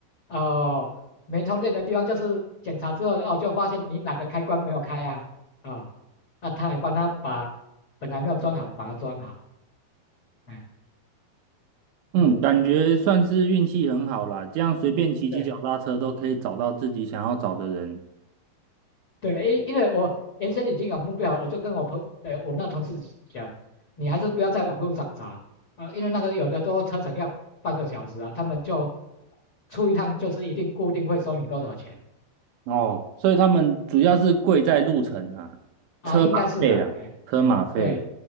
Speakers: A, on the left; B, on the right.
A: 哦，没充电的地方就是检查之后哦，就发现你哪个开关没有开啊，啊，那他也帮他把本来没有装好的把它装好，哎，
B: 嗯，
A: 嗯
B: 感觉算是运气很好啦，这样随便骑骑脚踏车都可以找到自己想要找的人。
A: 对对，因因为我原先已经有目标了我就跟我朋呃我那同事讲，你还是不要在网络上找啊，因为那个有的都车程要半个小时啊，他们就出一趟就是一定固定会收你多少钱
B: 哦，所以他们主要是贵在路程啊，
A: 啊，
B: 车马费啦，
A: 应该是啊，哎，
B: 车马费。
A: 哎对。